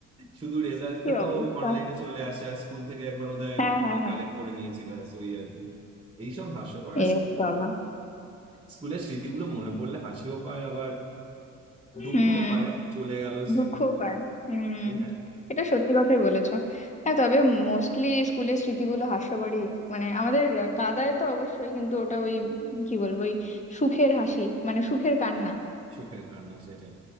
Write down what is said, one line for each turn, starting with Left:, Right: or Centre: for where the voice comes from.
Right: শুধু রেজাল্টটা
Left: কি
Right: তো
Left: অবস্থা
Right: অনলাইনে চলে আসে আর স্কুল থেকে একবার ওদের
Left: হ্যাঁ হ্যাঁ হ্যাঁ
Right: কালেক্ট করে নিয়েছি ব্যাস ওই আর কি এইসব হাস্যকর
Left: এ বাবা
Right: স্কুলের স্মৃতিগুলো মনে পড়লে হাসিও পায় আবার দুঃখ
Left: হুম
Right: হয় চলে গেল স্মৃতি
Left: দুঃখ পায় হুম
Right: তাই না
Left: এটা সত্যি কথাই বলেছো হ্যাঁ তবে মোস্টলি স্কুলের স্মৃতিগুলো হাস্যকরই মানে আমাদের কাদায় তো অবশ্যই কিন্তু ওটা ওই কি বলবো ওই সুখের হাসি মানে সুখের কান্না
Right: সুখের কান্না সেটাই